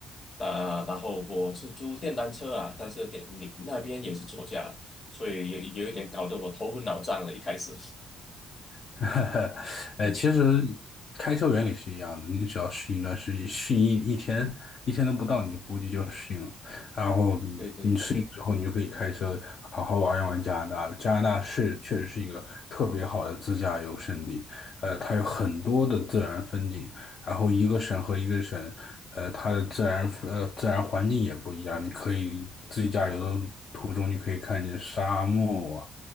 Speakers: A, on the left; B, on the left.
A: 啊、然后我是租电单车啊，但是电你那边也是左驾，所以有有一点搞得我头昏脑胀了，一开始。
B: <laughs> 哎，
A: <laughs>
B: 其实开车原理是一样的，你只要适应一段时间，适应一一天，一天都不到，你估计就适应了。然后
A: 对对对，
B: 之后你就可以开车好好玩一玩加拿大了。加拿大是确实是一个特别好的自驾游胜地，呃，它有很多的自然风景，然后一个省和一个省，呃，它的自然呃自然环境也不一样。你可以自驾游的途中，你可以看见沙漠啊，